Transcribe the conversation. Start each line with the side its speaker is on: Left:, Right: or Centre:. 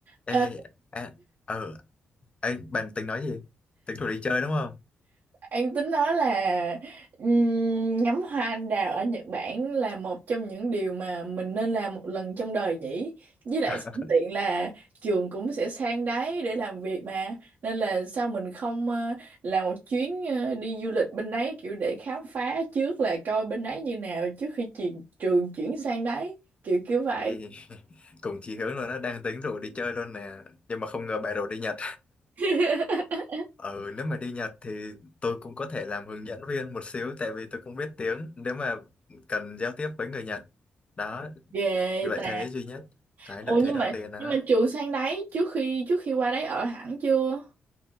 Left: Ê,
Right: Ờ,
Left: à, ờ, ê, bạn tính nói gì? Tính rủ đi chơi đúng không?
Right: Anh tính nói là ừm, ngắm hoa anh đào ở Nhật Bản là một trong những điều mà mình nên làm một lần trong đời nhỉ. Với lại
Left: <laughs>
Right: sẵn tiện là trường cũng sẽ sang đấy để làm việc mà. Nên là sao mình không ờ, làm một chuyến ờ, đi du lịch bên đấy kiểu để khám phá trước là coi bên đấy như nào trước khi trường, trường chuyển sang đấy. Kiểu kiểu vậy.
Left: Ê, cùng chí hướng luôn đó, đang tính rủ đi chơi luôn nè. Nhưng mà không ngờ bạn rủ đi Nhật.
Right: <laughs>
Left: Ừ, nếu mà đi Nhật thì tôi cũng có thể làm hướng dẫn viên một xíu, tại vì tôi cũng biết tiếng, nếu mà cần giao tiếp với người Nhật. Đó,
Right: Ghê
Left: lợi
Right: ta.
Left: thế duy nhất. Cái
Right: Ồ
Left: lợi thế
Right: nhưng
Left: đầu
Right: mà
Left: tiên đó,
Right: nhưng mà trường sang đấy trước khi trước khi qua đấy ở hẳn chưa?